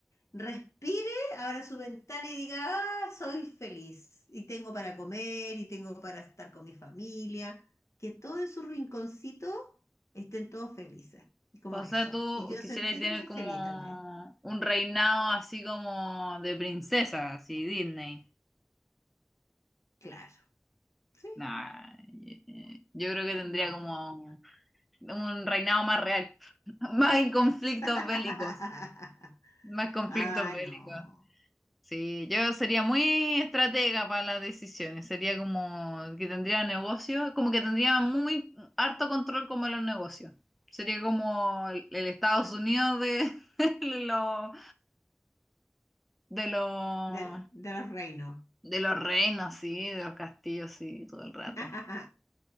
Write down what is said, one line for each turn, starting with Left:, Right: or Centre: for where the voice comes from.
Left: respire, abra su ventana y diga, ah, soy feliz y tengo para comer y tengo para estar con mi familia. Que todo en su rinconcito estén todos felices, como
Centre: O
Left: eso.
Centre: sea, tú
Left: Y yo
Centre: quisieras
Left: sentirme
Centre: tener como
Left: feliz también,
Centre: un reinado así como de princesa, así Disney.
Left: claro. Sí,
Centre: Nah, eh, eh, yo creo que tendría
Left: no.
Centre: como un reinado más real, <laughs> más conflictos
Left: <laughs>
Centre: bélicos, más conflictos
Left: Ah,
Centre: bélicos.
Left: no.
Centre: Sí, yo sería muy estratega para las decisiones. Sería como que tendría negocios, como que tendría muy harto control como de los negocios. Sería como el, el Estados Unidos de, <laughs> de los de los
Left: De, de los reinos.
Centre: de los reinos, sí, de los castillos, sí, todo el rato.
Left: <laughs>